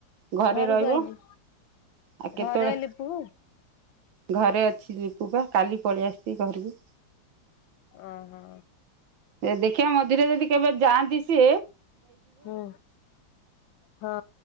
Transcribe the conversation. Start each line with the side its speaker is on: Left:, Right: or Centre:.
Right: ଘରେ
Left: ଘରକୁ
Right: ରହିବ
Left: ଆଇଛି
Right: ଆଉ କେତେବେଳେ
Left: ଘରେ ଲିପୁ।
Right: ଘରେ ଅଛି ଲିପୁ ବା କାଲି ପଳେଇ ଆସିଛି ଘରକୁ।
Left: ଓ ହୋ।
Right: ଦେଖିବା ମଝୀରେ ଯଦି କେବେ ଯାଆନ୍ତି। ସେ
Left: ହୁଁ ହଁ